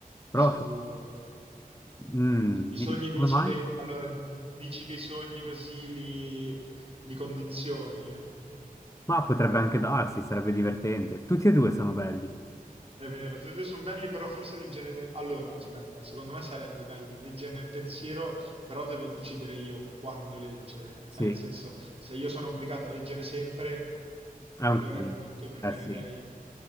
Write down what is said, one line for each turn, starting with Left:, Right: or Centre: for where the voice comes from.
Right: Sicuro.
Left: Però, mm,
Right: I sogni
Left: dici,
Right: dici
Left: come mai?
Right: che... Allora, dici che i sogni così li, li condizioni?
Left: Ma potrebbe anche darsi, sarebbe divertente. Tutti e due sono belli.
Right: È vero, tutti e due sono belli, però forse leggere... Allora, aspetta, secondo me sarebbe bello leggere nel pensiero, però devo decidere io quando leggere. Cioè,
Left: Sì,
Right: nel senso, se io sono obbligato a leggere sempre,
Left: è
Right: allora
Left: un casino.
Right: è brutto, preferirei
Left: Eh sì.
Right: eh,